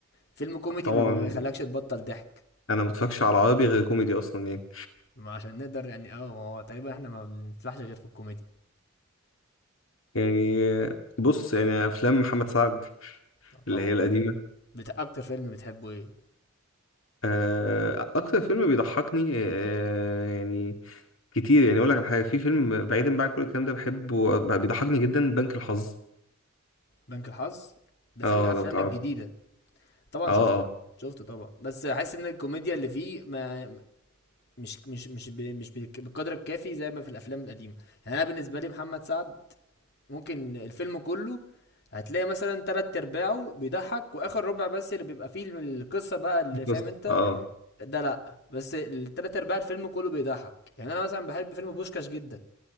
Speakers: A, on the left (about 50°); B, on the left (about 65°).
A: فيلم كوميدي
B: طبعا
A: بي- ما يخلكش تبطل ضحك
B: انا ما بتفرجش على عربي غير كوميدي اصلا يعني
A: ما عشان نقدر يعني اه ما هو تقريبا احنا ما بنفلحش غير في الكوميدي
B: يعني آه، بص يعني افلام محمد سعد <laughs>
A: آه،
B: اللي
A: طبعا
B: هي القديمة
A: بت... اكتر فيلم بتحبه ايه
B: آه، اكتر فيلم بيضحكني آه، آه، يعني كتير يعني اقول لك على حاجة في فيلم بعيدا بقى عن كل الكلام ده بحبه آه، بيضحكني جدا بنك الحظ
A: بنك الحظ ده
B: اه
A: فيلم من الافلام
B: لو تعرف
A: الجديدة طبعا
B: اه
A: شفته
B: اه
A: شفته طبعا بس حاسس ان الكوميديا اللي فيه ما مش مش مش ب- مش بالك- بالقدر الكافي زي ما في الافلام القديمه يعني انا بالنسبه لي محمد سعد ممكن الفيلم كله هتلاقي مثلا تلات ارباعه بيضحك واخر ربع بس اللي بيبقى فيه القصه بقى اللي فاهم
B: بس
A: انت
B: اه
A: ده لا بس التلات ارباع الفيلم كله بيضحك يعني انا مثلا بحب فيلم بوشكاش جدا